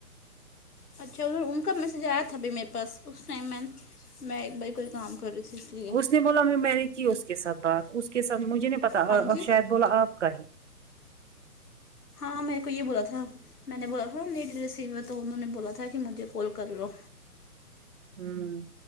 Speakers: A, on the left; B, on the right.
A: اچھا پھر ان کا میسج آیا تھا بھی میرے پاس اس ٹائم میں نے میں ایک باری کوئی کام کر رہی تھی لیے
B: اس نے بولا میں نے کی اس کے ساتھ بات اس کے ساتھ مجھے نہیں پتا
A: ہاں جی
B: شاید بولا آپ کا ہی
A: ہاں میرے کو یہ بولا تھا میں نے بولا تھ ایک ڈریس سیدو تو انہوں نے بولا تھا کہ مجھے کال کر لو
B: ہوں